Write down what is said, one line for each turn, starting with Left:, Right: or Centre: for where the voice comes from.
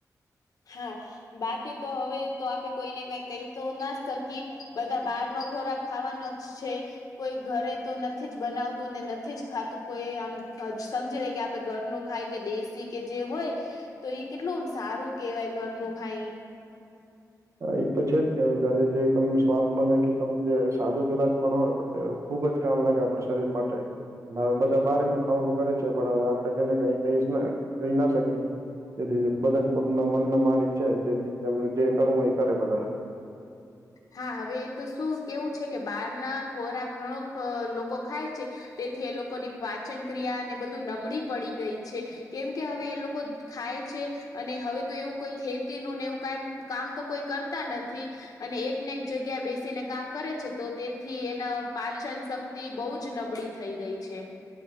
Left: હા બાકી તો હવે તો આપડે કોઈ ને કઈક કઈ તો ના શકી બધા બહાર નો ખોરાક ખાવાનો જ છે. કોઈ ઘરે તો નથી જ બનાવતું ને નથી જ ખાતું કોઈ આમ સમજી લે કે આપડે ઘર નું ખાય કે દેશી કે જે હોય તોઈ કેટલુ આમ સારું કેવાય ઘરનું ખાઈ ઈ
Right: હા એ તો છે જ કે હવે ઘરે જે તમને સ્વાદ મળે કે તમે જે સાદું કદાચ પણ હોય કે ખુબ જ કામ લાગે આપડા શરીર માટે હવે બધા બહાર નું ખાવાનું કરે છે પણ હવે આપણે તેને કઈ ક કહી ના શકીએ. તેથી બધાને પોતાના મન ના માલિક છે જેથી તેમને જે કરવું હોય એ કરે બધા
Left: હા હવે એ તો શું કેવું છે કે બહાર ના ખોરાક ઘણો લોકો ખાય છે. તેથી એ લોકોની પાચન ક્રિયા ને બધું નબળી પડી ગઈ છે કેમ કે હવે એ લોકો ખાય છે. અને હવે તો એવું કોઈ ખેતી નું ને એવું કામ કામ તો કોઈ કરતા નથી. અને એકને એક જગ્યાએ બેસીને કામ કરે છે તો તેથી એના પાચન શક્તિ બહુ જ નબળી થઈ ગઈ છે.